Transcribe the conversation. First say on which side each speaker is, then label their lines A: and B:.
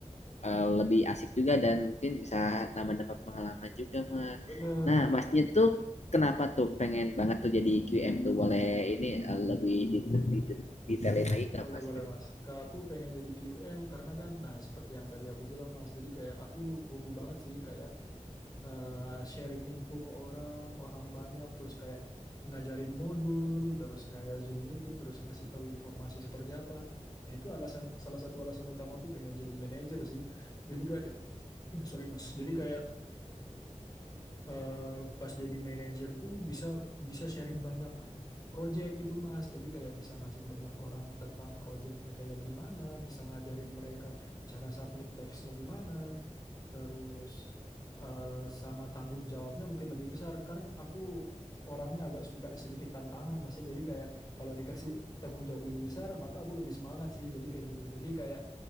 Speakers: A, on the left; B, on the left.
A: eh, lebih asik juga dan mungkin bisa nambah-nambah pengalaman juga, Mas.
B: Benar,
A: Nah,
B: Mas.
A: Masnya tuh kenapa tuh pengen banget tuh jadi QM tuh? Boleh ini eh, lebih dite- dite- detailin lagi nggak,
B: Boleh,
A: Mas?
B: boleh Mas. Ke aku pengen jadi QM karena kan, nah seperti yang tadi aku bilang Mas, jadi kayak aku hobi banget sih kayak eh, sharing info ke orang, orang banyak, terus kayak ngajarin modul, terus kayak Zoom meeting, terus ngasih tahu informasi seperti apa. Nah itu alasan, salah satu alasan utamaku pengen jadi manajer sih. Jadi kayak, <clears throat> sorry Mas, jadi kayak eh, pas jadi manajer tuh bisa bisa sharing banyak project gitu Mas. Jadi kayak bisa ngasih banyak orang tentang projectnya kayak gimana, bisa ngajarin mereka cara submit teksnya gimana, terus eh, sama tanggung jawabnya mungkin lebih besar. Karena aku orangnya agak suka sedikit tantangan Mas. ya. Jadi kayak kalau dikasih tanggung jawab lebih besar, maka aku lebih semangat sih. Jadi kayak gitu. Jadi kayak